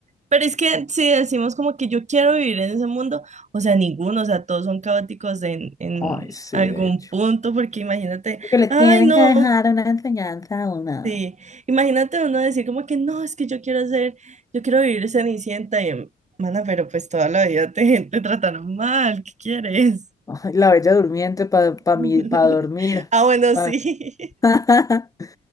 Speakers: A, on the right; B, on the left.
A: Pero es que si decimos como que yo quiero vivir en ese mundo, o sea, ninguno, o sea, todos son caóticos en, en
B: Ay, sí,
A: algún
B: de hecho.
A: punto, porque imagínate,
B: Porque le
A: ay,
B: tienen
A: no,
B: que dejar una enseñanza a una.
A: sí, imagínate uno decir como que no, es que yo quiero ser, yo quiero vivir Cenicienta y, mana, pero pues toda la vida te, te trataron mal, ¿qué quieres?
B: Ay, la Bella Durmiente para pa,
A: <laughs>
B: mi- pa dormir.
A: Ah, bueno,
B: Pa-
A: sí,
B: <laughs>